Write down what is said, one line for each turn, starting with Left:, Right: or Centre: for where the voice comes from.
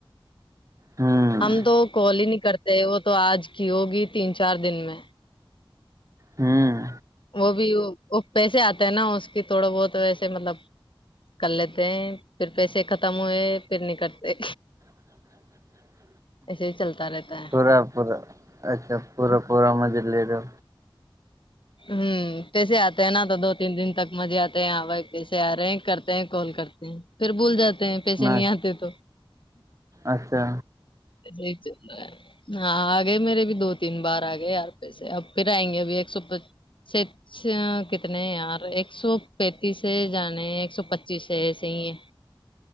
Right: ہوں
Left: ہم تو کال ہی نہیں کرتے وہ تو آج کی ہوگی تین چار دن میں
Right: ہوں
Left: وہ بھی پیسے آتے ہیں نا اس کی تھوڑا بہت ویسے مطلب کر لیتے ہیں پھر پیسے ختم ہوئے پھر نہیں کرتے
Right: اچ
Left: ایسے ہی چلتا رہتا ہے
Right: پورا پورا اچھا پورا پورا مزے لے دوو
Left: ہوں کیسے آتے ہیں نا تو دو تین دن تک مزے آتے ہیں یہاں بائی کیسے آ رہے ہیں کرتے ہیں کال کرتے ہیں پھر بول جاتے ہیں پیسے
Right: نہ
Left: نہیں آتے تو
Right: اچھا
Left: جی ہاں آ گئے میرے بھی دو تین بار آ گئے یار پیس سے اب پھر آئیں گے ابھی ایک سو س کتنے یار ایک سو پینتیس سے جانے ہیں ایک سو پچیس سے ایسے ہی ہے